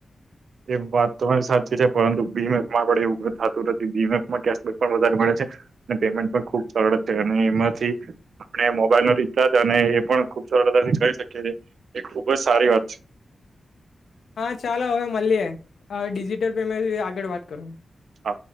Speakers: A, on the right; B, on the left.
A: એ વાત તોરી સાથે છે પરંતુ બીમેપમાં આપણે એવું થતું નથી, બીમેપમાં કેબક પણ વધારે મળે છે અને પેમેન્ટ પણ ખૂબ સરળ છે અને એમાંથી આપણે મોબાઈલનો રીચાર્જ અને એ પણ ખૂબ સરળતાથી કરી શકી છેએ, એ ખુબ જ સારી વાત છે.
B: હા ચાલો હવે મલીએ. હ ડીજિટલ પેમેન્ટ થી <unintelligible> આગળ વાત કરો?
A: હ.